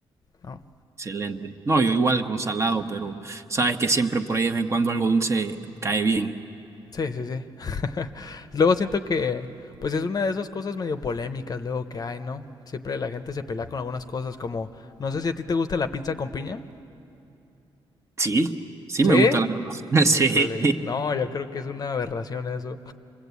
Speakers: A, on the left; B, on the right.
A: ¿no?
B: Excelente. No, yo igual con salado, pero sabes que siempre por ahí de vez en cuando algo dulce cae bien.
A: Sí, sí, sí. <laughs> Luego siento que, pues es una de esas cosas medio polémicas luego que hay, ¿no? Siempre la gente se pelea con algunas cosas como, no sé si a ti te gusta la pizza con piña.
B: Sí, sí
A: ¿Sí?
B: me gusta la verdad. <laughs>
A: Híjole,
B: Sí.
A: no, yo creo que es una aberración eso.